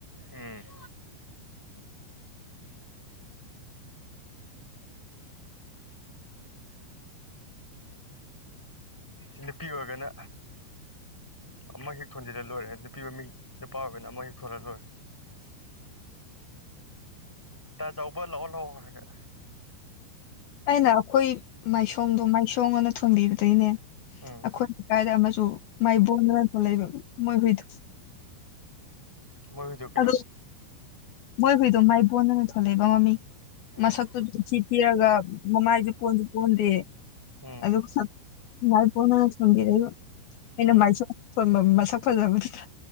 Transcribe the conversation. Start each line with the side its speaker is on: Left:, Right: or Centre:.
Centre: ꯎꯝ ꯁꯤ ꯅꯨꯄꯤ ꯑꯣꯏꯔꯒꯅ ꯑꯃꯛ ꯍꯦꯛ ꯊꯣꯟꯖꯤꯜꯂ ꯂꯣꯏꯔꯦ ꯅꯨꯄꯤ ꯃꯃꯤꯡ ꯅꯨꯄꯥ ꯑꯣꯏꯕꯅ ꯑꯃ ꯍꯦꯛ ꯊꯣꯟꯜꯂ ꯂꯣꯏꯔꯦ ꯇꯥ ꯆꯥꯎꯕ ꯂꯥꯛꯑꯣ ꯂꯥꯛꯑꯣ ꯍꯥꯏꯒ
Left: ꯑꯩꯅ ꯑꯩꯈꯣꯏ ꯃꯥꯏꯁꯣꯡꯗꯣ ꯃꯥꯏꯁꯣꯡ ꯑꯅ ꯊꯣꯟꯕꯤꯕꯗꯩꯅꯦ
Centre: ꯎꯝ
Left: ꯑꯩꯈꯣꯏ ꯂꯩꯀꯥꯏꯗ ꯑꯃꯁꯨ ꯃꯥꯏꯕꯣꯟꯗꯅ ꯊꯣꯛꯂ ꯂꯩꯕ ꯃꯣꯏ ꯍꯨꯏꯗꯣ
Centre: ꯃꯣꯏ ꯍꯨꯏꯗꯣ ꯀꯩꯗꯧꯕ
Left: ꯑ ꯃꯣꯏ ꯍꯨꯏꯗꯣ ꯃꯥꯏꯕꯣꯟꯗꯅ ꯊꯣꯂꯛꯏꯕ ꯃꯃꯤꯡ
Centre: ꯎꯝ
Left: ꯃꯁꯛꯇꯨꯗꯊꯤ ꯄꯤꯔꯒ ꯃꯃꯥꯏꯁꯨ ꯄꯣꯟꯁꯨ ꯄꯣꯟꯗꯦ
Centre: ꯎꯝ
Left: ꯑꯗꯨ ꯉꯥꯏ ꯐꯅ ꯆꯗꯔ ꯑꯩꯅ
Centre: ꯎꯝ
Left: ꯃꯥꯏꯁꯣꯟꯕ ꯃꯁꯛ ꯐꯖꯕꯗꯨꯗ